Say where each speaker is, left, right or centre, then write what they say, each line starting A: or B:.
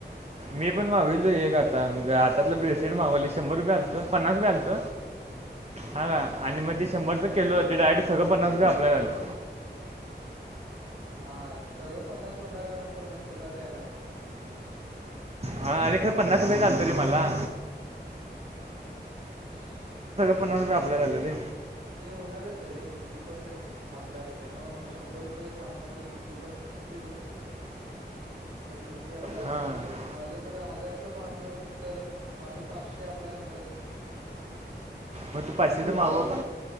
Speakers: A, on the right; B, on the right.
A: मी पण मावलो एक आता हातातलं. ब्रेसलेट शंभर रुपये पन्नास रुपये असते.
B: हम्म
A: हा
B: हम्म.
A: का आणि मग ते शंभर <unintelligible> केलं हो डायरेक्ट सगळं पन्नास टक्के अप्लाय झालं.
B: माझ हा सगळं पन्नास होणार आणि पन्नास तुला द्याय लागणार.
A: हा अरे! खर पन्नास रुपये चालत. रे मला
B: हम्म हम् <unintelligible>
A: पन्ना रुपया आपल्या झाले. ते
B: होणारच रे फिफ्टी पर्सेंट अप्लाय होते. ना मग म शंभर रुपये सामान मध्ये फिफ्टी पर्सेंट मग फिफ्टी आपलाय होणारच
A: हां
B: की माझ्याकड हजारच मागणार तर माझ पाचशे अप्लाय होणारच की.
A: म तू पाचशेच मागवतो